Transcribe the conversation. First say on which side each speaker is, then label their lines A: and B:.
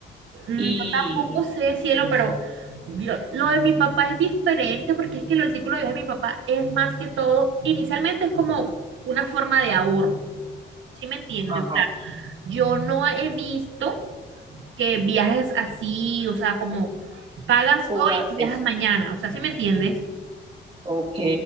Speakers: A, on the right (about 75°); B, on the right (about 25°).
A: mm,
B: Y,
A: yo tampoco sé, cielo, pero yo- lo de mi papá es diferente porque es que lo del círculo de vida de mi papá es más que todo, inicialmente es como una forma de ahorro, ¿sí me entiendes?
B: ajá,
A: O sea, yo no he visto que viajes así, o sea, como pagas
B: fugaces,
A: hoy y viajas mañana, o sea, ¿sí me entiendes?
B: ok,